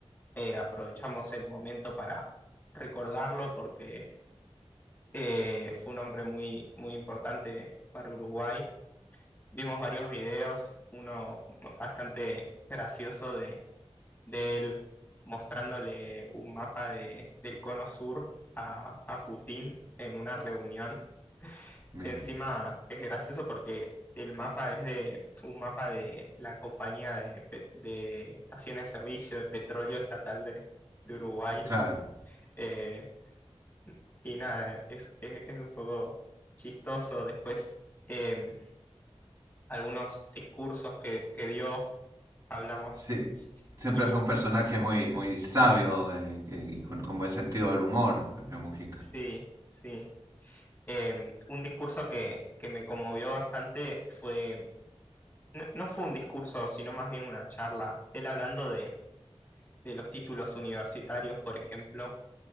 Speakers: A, on the left (about 20°); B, on the right (about 35°).
A: eh, aprovechamos el momento para recordarlo porque eh, fue un hombre muy, muy importante para Uruguay. Vimos varios videos, uno bastante gracioso de él mostrándole un mapa de, del cono sur a, a Putin en una reunión.
B: Mira,
A: Encima es gracioso porque el mapa es de un mapa de la compañía de, pe- de estaciones de servicio de petróleo estatal de, de Uruguay.
B: claro.
A: Eh, y nada, es, es- es un poco chistoso. Después, em, algunos discursos que, que dio, hablamos.
B: Sí, siempre
A: Y
B: fue un personaje muy, muy sabio eh, que- y con, con buen sentido del humor, Pepe Mujica.
A: sí, sí. Eh, un discurso que, que me conmovió bastante fue, no no fue un discurso, sino más bien una charla. Él hablando de, de los títulos universitarios, por ejemplo,